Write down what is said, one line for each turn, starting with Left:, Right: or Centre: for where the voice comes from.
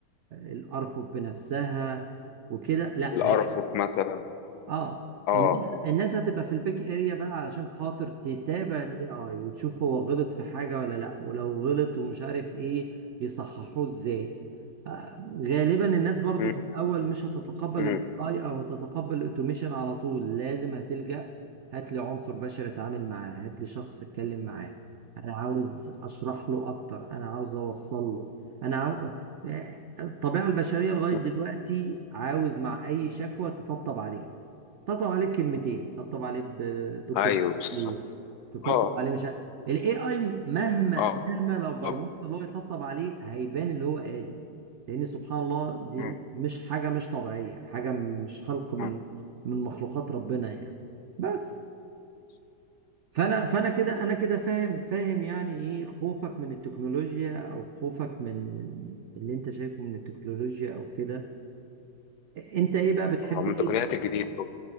Right: الأرفف بنفسها وكده لا
Left: الارفف مثلا
Right: اه
Left: اه
Right: الناس الناس هتبقى في البيك اريا بقى علشان خاطر تتابع الاي اي وتشوف هو غلط في حاجه ولا لا ولو غلط ومش عارف ايه يصححوه ازاي آه غالبا الناس برضو
Left: مم.
Right: في الاول مش هتتقبل
Left: مم.
Right: الاي اي او هتتقبل الاوتوميشن على طول لازم هتلجأ هات لي عنصر بشري اتعامل معاه هات لي شخص اتكلم معاه انا عاوز اشرح له اكتر انا عاوز اوصل له انا عاو... آه، الطبيعه البشريه لغايه
Left: مم.
Right: دلوقتي عاوز مع اي شكوى تطبطب عليه طبطب عليه بكلمتين طبطب عليه ب- بكوبايه
Left: ايوه بس
Right: تطبطب
Left: اه
Right: عليه مش ه- الاي اي مهما
Left: اه
Right: مهما لو برمجت
Left: آه.
Right: اللي هو يطبطب عليه هيبان اللي هو آلي لان سبحان الله دي
Left: مم.
Right: مش حاجه مش طبيعيه حاجه مش خلق من
Left: مم.
Right: من مخلوقات ربنا يعني بس فانا فانا كده انا كده فاهم فاهم يعني ايه خوفك من التكنولوجيا او خوفك من من اللي انت شايفه من التكنولوجيا او كده انت ايه بقى بتحب
Left: آه، من
Right: ايه
Left: التقنيات الجديده